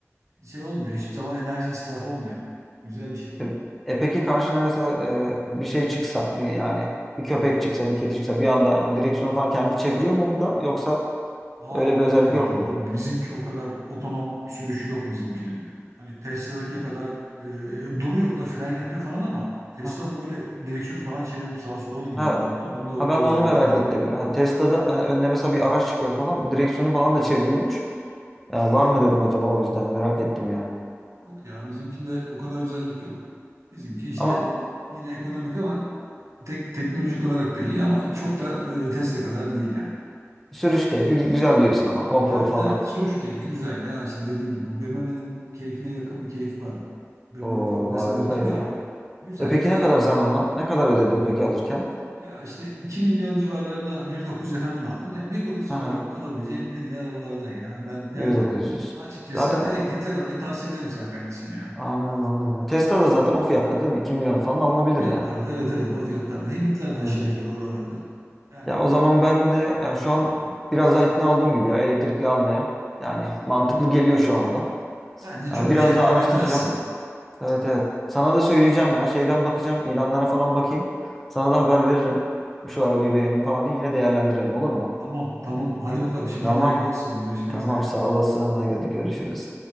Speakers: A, on the right; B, in the centre.
A: şey olmuyor. Hiçbir zaman enerji israfı olmuyor. Güzel bir şey.
B: E, e peki karşına mesela e, bir şey çıksa, bir yani bir köpek çıksa, bir kedi çıksa bir anda yani direksiyonu falan kendi çeviriyor mu bu da yoksa
A: Aa
B: öyle bir
A: yok
B: özellik
A: ya
B: yok mu?
A: bu bizimki o kadar otonom sürüşü yok bizimkinin. Hani Tesla'daki kadar e, duruyor bu da fren yapıyor falan ama Tesla'da
B: Hı hı.
A: böyle direksiyonu falan çevirip sağa sola da gidiyor
B: Ha,
A: galiba. Bunda o,
B: ha
A: o
B: ben
A: özellikler
B: de onu merak
A: yok.
B: ettim. Ha, Tesla'da yani önüne mesela bir araç çıkıyor falan direksiyonu falan da çeviriyormuş. Yani var mı dedim acaba o yüzden merak ettim yani.
A: Yok ya bizimkinde o kadar özellik yok. Bizimki işte
B: Ama
A: yine ekonomik ama tek, teknolojik olarak da iyi ama çok da e, Tesla kadar değil yani.
B: sürüş keyfi güzel diyorsun ama konforu
A: Evet
B: falan.
A: evet sürüş keyfi güzel ya işte dediğin gibi BMW'nin keyfine yakın bir keyfi var. BMW'nin
B: Oo
A: fabrikasında
B: harika
A: üretiliyor
B: ya.
A: ya. Güzel
B: E peki
A: ya
B: ne kadar sen ona ne kadar ödedin peki alırken?
A: Ya işte 2 milyon civarlarına 1.9'a falan aldım. Ya bir dokuz
B: Hı
A: civarlarında
B: hı.
A: alabileceğin en iyi arabalardan ya. Ben
B: 1.900.
A: yani açıkçası
B: Zaten
A: elektrikli arabayı tavsiye ederim sana kardeşim ya.
B: Anladım anladım. Ya Tesla da zaten o fiyatlar değil mi? 2 milyon falan alınabilir
A: O fiyatlarda
B: yani.
A: evet evet o fiyatlarda. Hibritler de
B: Hmm.
A: aşağı yukarı oralarda. Yani
B: Ya o zaman ben de yani şu an biraz daha ikna olduğum gibi ya elektrikli almaya. Yani mantıklı geliyor şu anda.
A: bence çok
B: Yani biraz
A: bir şey
B: daha
A: kaybetmezsin.
B: araştıracağım. Evet evet. Sana da söyleyeceğim ya. Şeyden bakacağım. ilanlara falan bakayım. Sana da haber veririm. Şu arabayı beğendim falan diye yine değerlendirelim olur mu?
A: Tamam tamam hadi bakalım şimdiden
B: Tamam.
A: hayırlı olsun. Görüşmek
B: Tamam
A: üzere.
B: sağ olasın. Hadi görüşürüz.